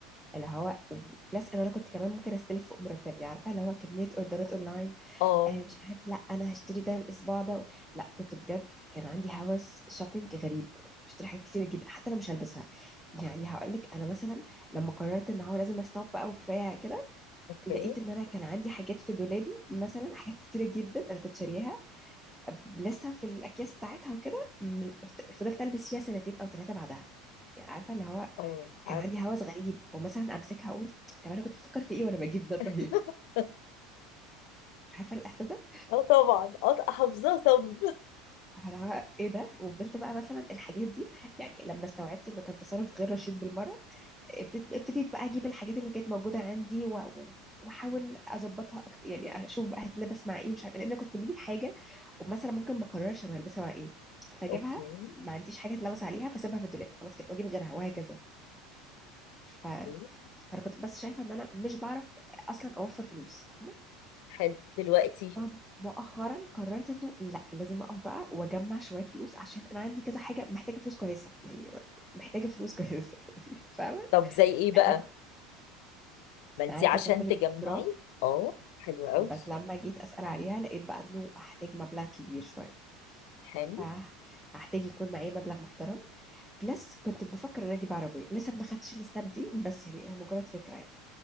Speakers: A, in the centre; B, on the left.
A: اللي هو بلس ان انا كنت كمان ممكن استلف فوق مرتبي عارفه اللي هو كميه اوردرات اونلاين
B: اه
A: آه مش عارف لا انا هشتري ده الاسبوع ده لا كنت بجد كان عندي هوس شوبينج غريب كنت بشتري حاجات كتير جدا حتى لو مش هلبسها يعني هقول لك انا مثلا لما قررت ان هو لازم استوب بقى وكفايه كده
B: اوكي
A: لقيت ان انا كان عندي حاجات في دولابي مثلا حاجات كتيره جدا انا كنت شارياها لسه في الاكياس بتاعتها وكده م- فضلت البس فيها سنتين او ثلاثه بعدها يعني عارفه اللي هو
B: اه
A: كان
B: عارف
A: عندي هوس غريب ومثلا امسكها اقول طب انا كنت بفكر في ايه وانا بجيب ده
B: <laughs>
A: طيب عارفه الاحساس ده
B: اه طبعا اه حافظاه طب
A: أنا ايه ده وفضلت بقى مثلا الحاجات دي يعني لما استوعبت انه كان تصرف غير رشيد بالمره ابتديت ابتديت بقى اجيب الحاجات اللي كانت موجوده عندي و... واحاول اظبطها اكتر يعني اشوف بقى هتلبس مع ايه مش عارفه لان انا كنت بجيب الحاجه ومثلا ممكن ما اقررش انا هلبسها مع ايه فاجيبها
B: اوكي
A: ما عنديش حاجه اتلبس عليها فاسيبها في الدولاب خلاص كده واجيب غيرها وهكذا ف...
B: اوكي.
A: فانا كنت بس شايفه ان انا مش بعرف اصلا اوفر فلوس فاهمه
B: حلو دلوقتي
A: فمؤخرا قررت انه لا لازم اقف بقى واجمع شويه فلوس عشان انا عندي كذا حاجه محتاجه فلوس كويسه يعني محتاجه فلوس كويسه <laughs> يعني فاهمه
B: طب زي ايه بقى
A: انما
B: ما انت
A: انا عايزه
B: عشان
A: اكمل
B: تجمعي
A: الدكتوراه
B: اه حلو قوي
A: بس لما جيت اسال عليها لقيت بقى انه هحتاج مبلغ كبير شويه
B: حلو
A: فهحتاج يكون معايا مبلغ محترم بلس كنت بفكر ان أنا اجيب عربيه لسه ما خدتش الستاب دي بس يعني هي مجرد فكره يعني